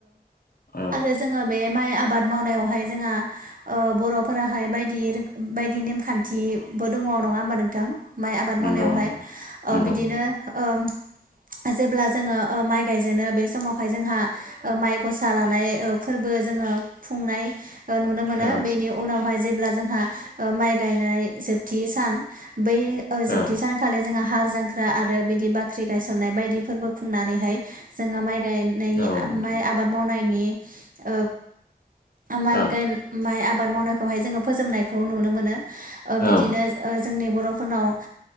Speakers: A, on the left; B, on the right.
A: औ
B: आरो जोङो बे माइ आबाद मावनायावहाय जोंहा ओ बर'फोराहाय बायदि रोखो बायदि नेमखान्थिबो दङ नङा होमबा नोंथां? माइ आबाद
A: नंगौ
B: मावनायावहाय
A: नोंथां नंगौ
B: ओ बि
A: नंगौ
B: ओ जेब्ला जोङो ओ माइ गायजेनो बे समावहाय जोंहा ओ माइ गसा लानाय ओ फोरबो जोङो खुंनाय ओ नुनो मोनो
A: औ
B: बेनि उनावहाय जेब्ला जोंहा माइ गायनाय जोबथि सान बै जोबथि
A: औ
B: सान खालि जोङो हाल जांख्रा आरो बिदि बाख्रि गायसननाय बायदिफोरबो खुंनानैहाय जोङो माइ गाय नायनायनि
A: औ नोंथां
B: माइ आबाद मावनायनि ओ माइ
A: औ
B: - माइ आबाद मावनायखौहाय जोङो फोजोबनायखौ नुनो मोनो ओ बिदिनो
A: औ
B: ओ जोंनि बर'फोरनाव